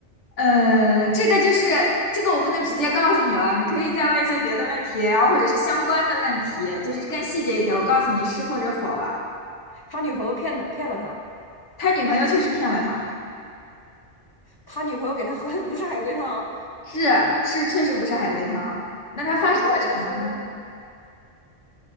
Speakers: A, on the left; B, on the left.
A: 呃，这个就是这个，我不能直接告诉你了，你可以再问一些别的问题，然后或者是相关的问题，就是更细节一点，我告诉你是或者否了。
B: 他女朋友骗他骗了他，
A: 他女朋友确实骗了他，
B: 他女朋友给他喝的不是海龟汤，
A: 是是，确实不是海龟汤。那他发生了什么？
B: 他女朋友给他喝的